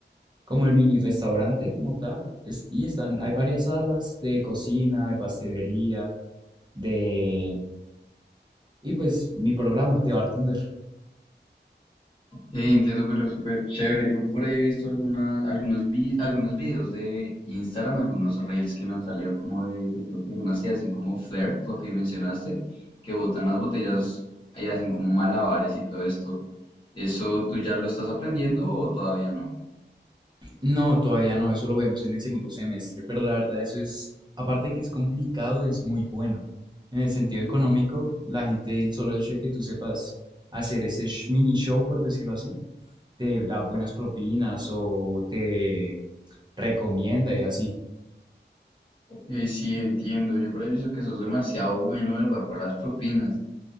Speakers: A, on the right; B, on the left.
A: como el mini restaurante como tal. Es- y están, hay varias salas de cocina, de pastelería, de... Y pues mi programa de bartender.
B: Ok, entiendo, pero es súper chévere. Yo por ahí he visto algunas, algunos, vi- algunos videos de Instagram, algunos reels que me han salido como de, de estas personas que hacen como flirt, lo que mencionaste, que botan las botellas y hacen como malabares y todo esto. ¿Eso tú ya lo estás aprendiendo o todavía no?
A: No, todavía no, eso lo vemos en el segundo semestre, pero la verdad eso es, aparte de que es complicado, es muy bueno. En el sentido económico, la gente, el solo hecho de que tú sepas hacer ese sh- mini show, por decirlo así, te da buenas propinas o te recomienda y así.
B: Ok, sí, entiendo. Yo por ahí he visto que eso es demasiado bueno, ¿verdad? Por las propinas.